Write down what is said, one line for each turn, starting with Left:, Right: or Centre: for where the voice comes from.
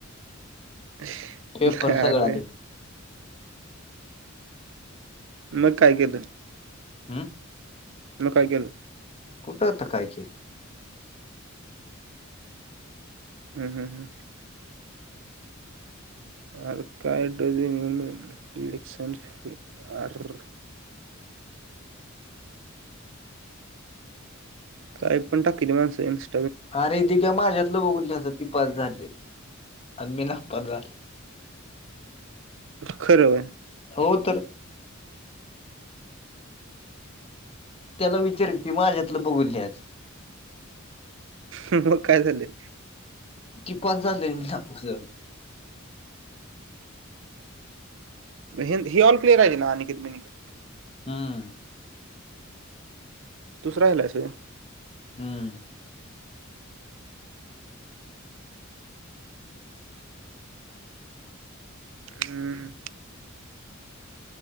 Right: <inaudible>
Left: ते परसाद
Right: अरे
Left: राजे
Right: मग काय केलं
Left: हूं
Right: म काय केलं.
Left: कुठं त काय केलं.
Right: हूं हूं हूं आर काय ड <unintelligible> एक सार <unintelligible> अर्रर्रर्र काय पण टाकीलंय माणस यन्स
Left: अरे दिघ्या माझ्यातलं बघून लिहायचं ती पास झालयं आणि मी नापास झालोय.
Right: खर व्हय
Left: हो तर ला विचार की ती माझ्यातलं बघून लिहायच
Right: मग काय झालयं.
Left: ती पास झाले अनं मी नापास झालो.
Right: म हे ही ऑल क्लीअर आहेत ना अनिकेत बिनिकेत
Left: हूं
Right: तूच राहिलास व्हय
Left: हूं
Right: हम्म